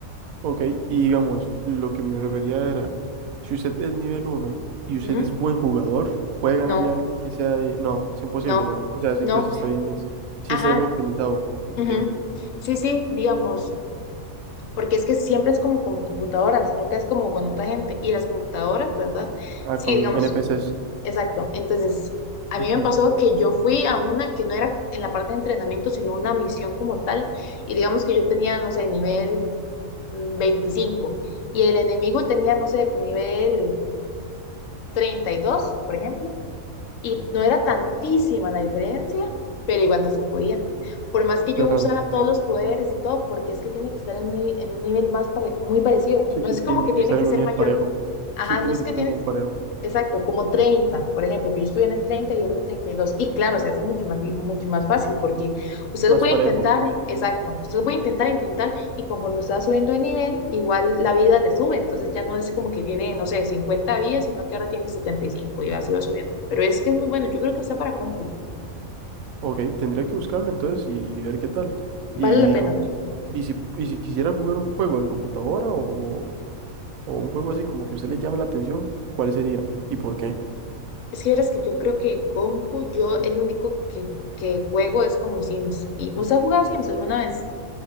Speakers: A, on the right; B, on the left.
A: Ok, y digamos, lo que me refería era, si usted es nivel uno y usted
B: Ujú.
A: es buen jugador, puede ganarle
B: No,
A: a alguien que sea de... No, es imposible,
B: no,
A: o sea, o sea, sí,
B: no.
A: entonces sí está bien, es- sí
B: Ajá,
A: está bien optimizado. Ok,
B: Ujú.
A: ok.
B: Sí, sí, digamos, porque es que siempre es como, como computadoras, nunca es como con otra gente. Y las computadoras, ¿verdad?
A: Ah,
B: Sí,
A: con
B: digamos,
A: N NPCs.
B: exacto. Entonces, a mí
A: Ujú,
B: me pasó que yo fui a una que no era en la parte de entrenamiento, sino una misión como tal. Y digamos que yo tenía, no sé, nivel mm, 25 y el enemigo tenía, no sé, nivel treinta y dos por ejemplo y no era tantísima la diferencia, pero igual no se podía. Por más que yo
A: claro.
B: usara todos los poderes y todo, porque es que tiene que estar en un, en un nivel más pare- muy parecido.
A: Sí,
B: No
A: ti-
B: es
A: tiene
B: como que tiene
A: que estar
B: que
A: en
B: ser
A: un nivel
B: mayor.
A: parejo.
B: Ajá,
A: Sí, tiene
B: no es
A: que
B: que
A: estar
B: tiene
A: en un nivel
B: que
A: parejo.
B: Exacto, como 30, por ejemplo, que yo estuviera en 30 y él en treinta Y dos. Y claro, se hace mucho más, vi- mucho más fácil porque usted
A: Más
B: lo puede
A: parejo.
B: intentar, exacto, usted lo puede intentar, intentar y conforme usted va subiendo de nivel, igual la vida le sube. Entonces ya no es como que tiene, no sé, 50 vidas, sino que ahora tiene 75 y cinco y así va subiendo. Pero es que es muy bueno, yo creo que está para compu,
A: Ok, tendría que buscarlo entonces y ver qué tal.
B: vale
A: Y
B: la
A: digamos,
B: pena.
A: y si, y si quisiera jugar un juego en computadora o, o un juego así como que a usted le llame la atención, ¿cuál sería y por qué?
B: Es que verás que yo creo que compu, yo el único que, que juego es como Sims. ¿Y usted ha jugado Sims alguna vez?